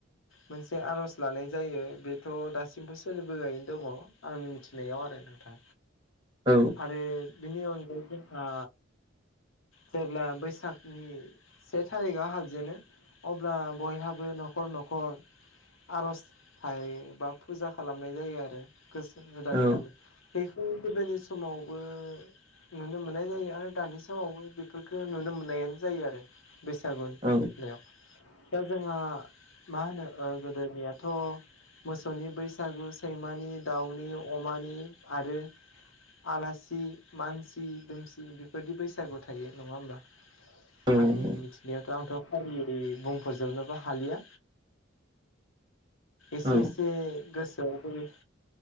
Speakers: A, on the left; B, on the right.
A: मोनसे आर'ज लानाय जायो बेथ' दासिमबो सोलिबोगासिनो दङ आंनि मिथिनायाव आरो।
B: औ
A: आरो बेनि अनगायै जोंहा जेब्ला बैसागनि से थारिखआव हाबजेनो अब्ला बयहाबो न'खर न'खर आर'ज थायबा फुजा खालामनाय जायो आरो बोसोर गोदाननि
B: औ
A: नामै बेफोर गोदोनि समावबो नुनो मोननाय जायो आरो दानि समावबो बेफोरफोरखो नुनो मोननायानो जायो आरो। बैसागुनि
B: औ
A: बेलायाव दा जोंहा मा होनो गोदोनियाथ' मोसौनि बैसागु सैमानि दाउनि अमानि आरो आलासि मानसि दुमसि बेफोरदि बैसागु थायो नङा होमबा।
B: औ
A: आंनि मिथिनायाथ' आंथ' फारि बुंफोरजोबनोबा हालिया एसे
B: औ
A: ए बे गोसोनि